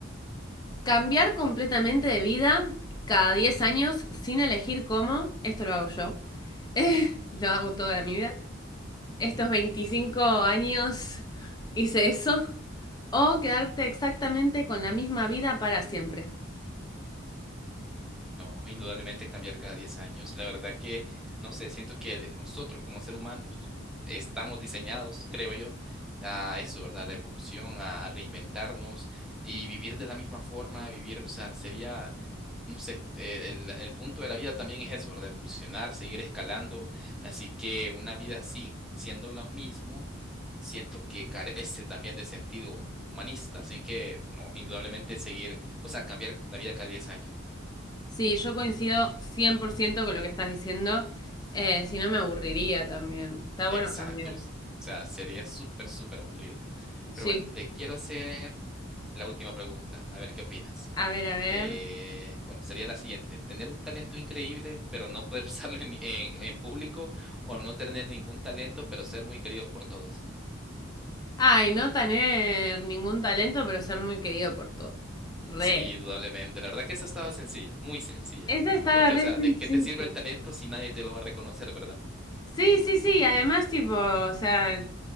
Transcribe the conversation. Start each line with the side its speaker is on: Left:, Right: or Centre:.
Left: cambiar completamente de vida cada 10 años sin elegir cómo, esto lo hago yo, <laughs> Eh, lo hago toda mi vida, estos 25 años hice eso, o quedarte exactamente con la misma vida para siempre.
Centre: No, indudablemente cambiar cada 10 años. La verdad que, no sé, siento que de- nosotros como seres humanos estamos diseñados, creo yo, a eso, ¿verdad? La evolución, a reinventarnos y vivir de la misma forma, vivir, o sea, sería, no sé, eh, el, el punto de la vida también es eso, ¿verdad? Evolucionar, seguir escalando. Así que una vida así, siendo lo mismo, siento que carece también de sentido humanista. Así que, no, indudablemente seguir, o sea, cambiar la vida cada 10 años.
Left: Sí, yo coincido 100% con lo que estás diciendo. Eh, si no, me aburriría también. Está bueno
Centre: Exactos.
Left: cambiar.
Centre: O sea, sería súper, súper aburrido.
Left: Sí.
Centre: Pero bueno, te quiero hacer la última pregunta, a ver qué opinas.
Left: A ver, a ver.
Centre: Eh, bueno, sería la siguiente. Tener un talento increíble, pero no poder <laughs> usarlo en, en- en público o no tener ningún talento, pero ser muy querido por todos.
Left: Ay, no tener ningún talento, pero ser muy querido por todos. Re.
Centre: Sí, indudablemente. La verdad que esa estaba sencilla, muy sencilla.
Left: Esta está
Centre: Porque,
Left: re
Centre: o sea,
Left: sencilla.
Centre: ¿de qué te sirve el talento si nadie te lo va a reconocer, verdad?
Left: Sí, sí, sí. Además, tipo, o sea,